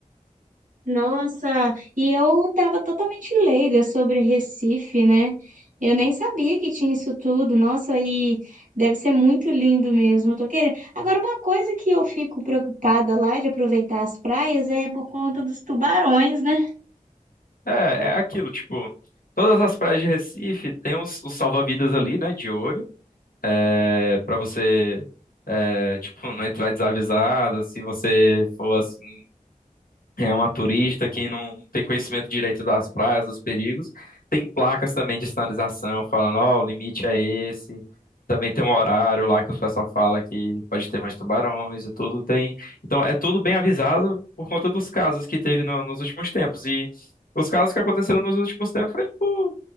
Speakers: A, on the right (about 65°); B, on the left (about 85°).
A: Nossa, e eu tava totalmente leiga sobre Recife, né? Eu nem sabia que tinha isso tudo. Nossa, e deve ser muito lindo mesmo. Eu tô querendo. Agora, uma coisa que eu fico preocupada lá de aproveitar as praias é por conta dos tubarões, né?
B: É, é aquilo, tipo, todas as praias de Recife tem os, os salva-vidas ali, né, de olho, é, para você, é, tipo, não entrar desavisado, se você for assim É uma turista que não tem conhecimento direito das praias, dos perigos. Tem placas também de sinalização falando, ó, o limite é esse. Também tem um horário lá que o pessoal fala que pode ter mais tubarões e tudo tem. Então é tudo bem avisado por conta dos casos que teve no- nos últimos tempos. E os casos que aconteceram nos últimos tempos foi por